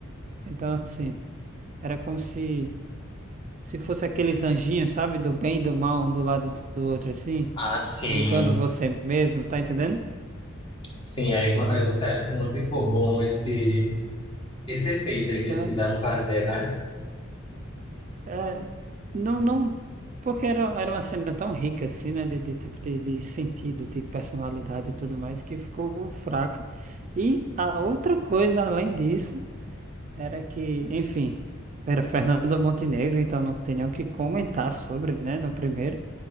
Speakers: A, on the right; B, on the left.
A: Então, assim, era como se se fosse aqueles anjinhos, sabe? Do bem e do mal, um do lado do outro, assim,
B: Ah, sim.
A: julgando você mesmo, tá entendendo?
B: Sim, aí, vo- aí você acha que não ficou bom esse, esse efeito aí
A: Que
B: que eles
A: é,
B: quiseram fazer, né?
A: é, não, não, porque era, era uma cena tão rica, assim, né? De, de, tipo de, de sentido, de personalidade e tudo mais, que ficou fraca. E a outra coisa, além disso. Era que, enfim, era Fernanda Montenegro, então não tem nem o que comentar sobre, né, no primeiro.